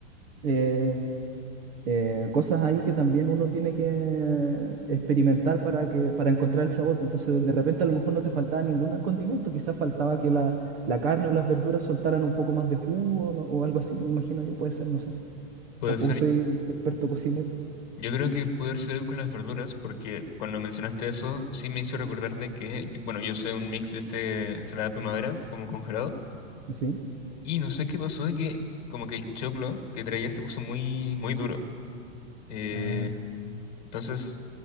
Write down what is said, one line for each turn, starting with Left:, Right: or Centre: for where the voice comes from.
Right: eh, eh, cosas ahí que también uno tiene que experimentar para que, para encontrar el sabor. pues. Entonces, de repente a lo mejor no te faltaba ningún condimento, quizás faltaba que la, la carne o las verduras soltaran un poco más de jugo ¿no? o algo así, me imagino yo, puede ser, no sé.
Left: Puede
Right: Tampoco
Left: ser,
Right: soy experto cocinero,
Left: yo creo que puede haber sido algo con las verduras, porque cuando mencionaste eso, sí me hizo recordar de que, yo- bueno, yo usé un mix de este ensalada primavera, como congelado.
Right: ¿sí?
Left: Y no sé qué pasó de que como que el choclo que traía se puso muy, muy duro. Eh,
Right: Ah,
Left: entonces,